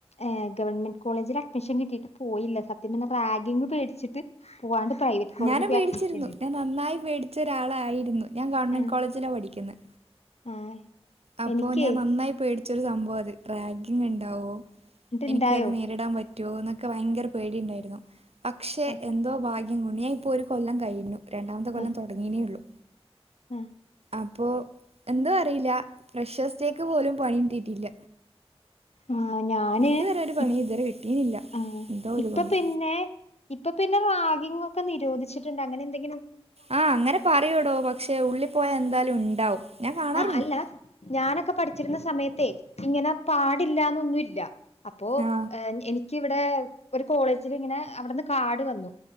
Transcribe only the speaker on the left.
ഏഹ് ഗവൺമെന്റ് കോളേജില് അഡ്മിഷൻ കിട്ടിട്ട് പോയില്ല സത്യം പർഞ്ഞാ റാഗിങ് പേട്ച്ചിട്ട് പോവാണ്ട് പ്രൈവറ്റ് കോളേജി
പോയി
അഡ്മിഷനെട്
ആഹ്
ആഹ്
എനിക്കേ
എന്നിട്ടുണ്ടായോ
ആഹ്
ആഹ്
ആഹ്
ആഹ് ഞാന്
ഇ
ആഹ്
ഇപ്പ പിന്നെ ഇപ്പ പിന്നെ റാഗിങ്ങൊക്കെ നിരോധിച്ചിട്ട്ണ്ട് അങ്ങനെ എന്തെ
ആഹ് അല്ല ഞാനൊക്കെ പഠ്ച്ചിരുന്ന സമയത്തെ ഇങ്ങനെ പാടില്ലാന്നൊന്നും ഇല്ല അപ്പോ
ഏഹ് എനിക്കിവെടെ ഒരു കോളേജില് ഇങ്ങനെ അവ്ട്ന്ന് കാർഡ് വന്നു